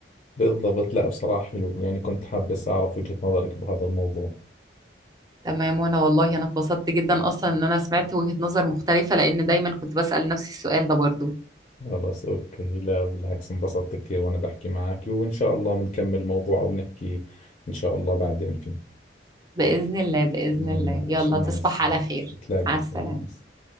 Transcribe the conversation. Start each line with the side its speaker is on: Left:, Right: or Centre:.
Left: بالضبط لا بصراحه حلو يعني كنت حابس اعرف وجهه نظرك بهذا الموضوع
Right: تمام وانا والله انا اتبسطت جدا اصلا ان انا سمعت وجهة نظر مختلفة لان دايما كنت بسأل نفسي السؤال ده برضو
Left: خلاص أوكي لا بالعكس انبسطت كثير وأنا بحكي معك وإن شاء الله بنكمل الموضوع أو بنحكي إن شاء الله بعدين فيه
Right: بإذن الله بإذن
Left: ماشي
Right: الله يلا
Left: مع
Right: تصبح
Left: السلامة
Right: على خير
Left: تلاقي
Right: مع السلامة
Left: الخير مع السلامة